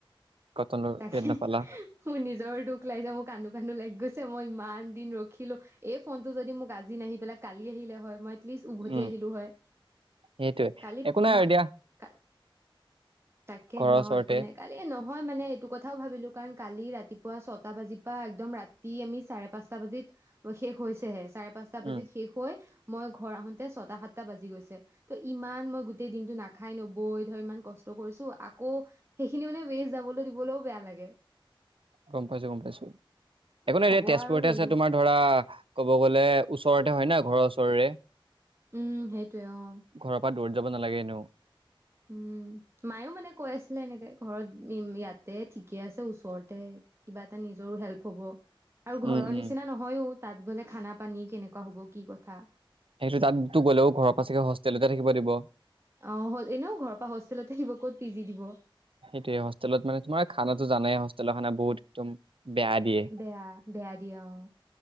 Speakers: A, on the right; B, on the right.
A: কটনৰ
B: তাকে
A: ইয়াত নাপালা
B: মোৰ নিজৰ দুখ লাগিছে মোৰ কান্দো কান্দো লাগি গৈছ ছে মই ইমান দিন ৰখিলো এই ফোনটো যদি মোক আজি নাহি পেলাই কালি আহিলে হয় মই লিষ্ট উভতি
A: উম,
B: আহিলো হয়
A: সেইটোয়ে
B: কালিত
A: একো নাই
B: মই
A: আৰু দিয়া
B: কা তাকে
A: ঘৰৰ
B: হে
A: ওচৰতে
B: হয় একো নাই কালিয়ে ল হয় মানে এইটো কথাও ভাবিলো কাৰণ কালি ৰাতিপুৱা ছটা বাজি পৰা একদম ৰাতি আমি চাৰে পাঁচটা বাজিত শেষ হৈছেহে চাৰে পাঁচটা বাজিত
A: উম,
B: শেষ হৈ মই ঘৰ আহোতে ছটা সাতটা বাজি গৈছে ত ইমান মই গোটেই দিনতটো নাখাই নবৈ ধৰ ইমান কষ্ট কষ্ট কৰিছো আকৌ সেইখিনি মানে ৱেচ যাবলে দিবলেও বেয়া লাগে
A: গম পাইছো গম পাইছো একো নাই
B: হ'ব
A: এতিয়া তেজপুৰতে
B: আৰু ললো
A: আছে তোমাৰ ধৰা ক'ব গ'লে, ওচৰতে হয় না, ঘৰৰ ওচৰৰে।
B: উম! সেইটোৱে অ'!
A: ঘৰৰ পৰা দৌৰি যাব নালাগেনো।
B: উম, মায়ো মানে, কৈ আছিলে এনেকে ঘৰত ইয়াত দে ঠিকে আছে ওচৰতে। কিবা এটা নিজৰো হেল্প হ'ব। আৰু
A: উম,
B: ঘৰৰ
A: উম,
B: নিচিনা নহয়ো। তাত গ'লে খানা পানী কেনেকুৱা হ'ব? কি কথা?
A: সেইটো তাতো গ'লেও ঘৰৰ পাছে হোষ্টেলতে থাকিব দিব।
B: অ'! এনেও ঘৰৰ পৰা হোষ্টেলতে থাকিব ক'ত পি জি দিব।
A: সেইটোৱে হোষ্টেলত মানে, তোমাৰ খানাটো জানাই হোষ্টেলৰ খানা বহুত একদম বেয়া দিয়ে
B: বেয়া, বেয়া দিয়ে অ'!